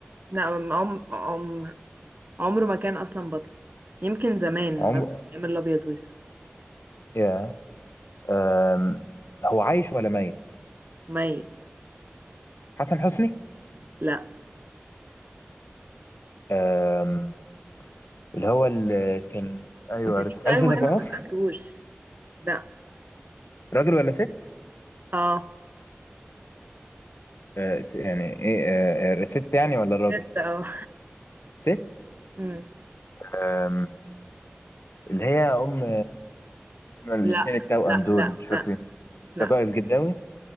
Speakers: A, on the right (about 50°); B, on the left (about 70°).
A: لا عم... عم... عمره ما كان اصلا بطل يمكن زمان
B: عمر
A: مثلا ايام الابيض واسود
B: يا آم هو عايش ولا ميت
A: ميت
B: حسن حسني
A: لا
B: آم اللي هو اللي كان أيوه
A: انت
B: عارف
A: في سؤال
B: عزت
A: مهم
B: أبو عوف
A: ما سالتهوش لا
B: راجل ولا ست
A: اه
B: آه س- يعني إيه آه آه، ست يعني ولا الراجل
A: لسه اه
B: ست
A: مم.
B: أم... اللي هي ام هما الاثنين
A: لا
B: التوأم
A: لا
B: دول
A: لا
B: مش فاكر
A: لا لا
B: رجاء الجداوي